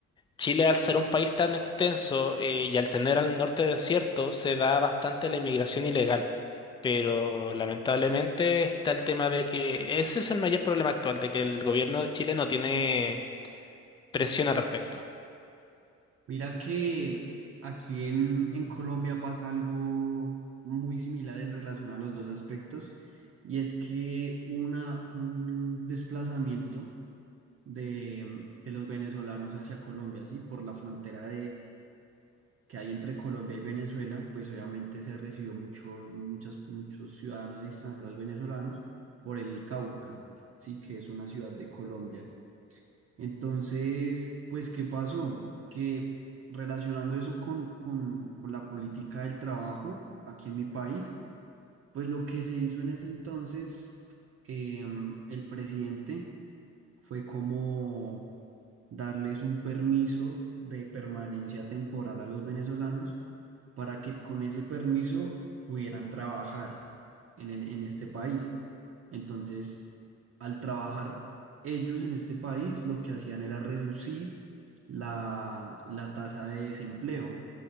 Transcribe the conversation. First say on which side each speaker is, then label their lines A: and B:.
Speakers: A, on the left; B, on the right.
A: Chile, al ser un país tan extenso eh, y al tener al norte desierto, se da bastante la inmigración ilegal. Pero lamentablemente está el tema de que ese es el mayor problema actual, de que el gobierno de Chile no tiene presión al respecto.
B: Mira que aquí en, en Colombia pasa algo muy similar en relación a los dos aspectos, y es que una, un desplazamiento de, de los venezolanos hacia Colombia, ¿sí? Por la frontera que hay entre Colombia y Venezuela, pues obviamente se recibió muchos, muchas, muchos ciudadanos extranjeros venezolanos por el Cauca, sí, que es una ciudad de Colombia. Entonces, pues, ¿qué pasó? Que relacionando eso con, con, con la política del trabajo aquí en mi país, pues lo que se hizo en ese entonces, em, el presidente fue como darles un permiso de permanencia temporal a los venezolanos para que con ese permiso pudieran trabajar en el, en este país. Entonces, al trabajar ellos en este país, lo que hacían era reducir la, la tasa de desempleo.